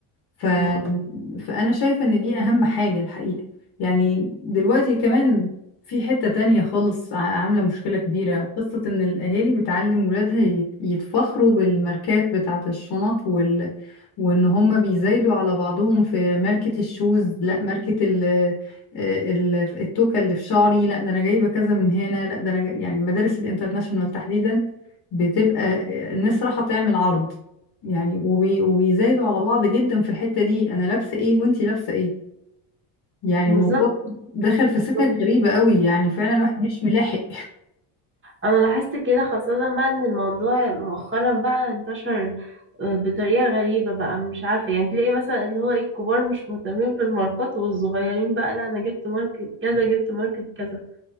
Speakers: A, on the left (about 50°); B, on the right (about 25°).
A: ف...
B: م-
A: فأنا شايفة إن دي أهم حاجة الحقيقة يعني دلوقتي كمان في حتة تانية خالص ع- عاملة مشكلة كبيرة قصة إن الأهالي بتعلم ولادها يت- يتفخروا بالماركات بتاعة الشنط وال... وإن هما بيزايدوا على بعضهم في ماركة الشوز لا ماركة ال... آه، ال... التوكة اللي في شعري لا ده أنا جايبة كذا من هنا لا ده أنا جاي... يعني المدارس الانترناشونال تحديدا بتبقى الناس رايحة تعمل عرض يعني وبي... وبيزايدوا على بعض جدا في الحتة دي انا لابسة ايه وانتي لابسة ايه يعني
B: بالظبط
A: الموضوع دخل في
B: بالظبط.
A: سكة غريبة قوي يعني فعلا الواحد مش ملاحق
B: انا لاحظت كده خاصة بقى ان الموضوع مؤخرا بقى انتشر آه، بطريقة غريبة بقى مش عارفة يعني تلاقي مثلا اللي هو ايه الكبار مش مهتمين بالماركات والصغيرين بقى لا انا جبت ماركت كذا جبت ماركت كذا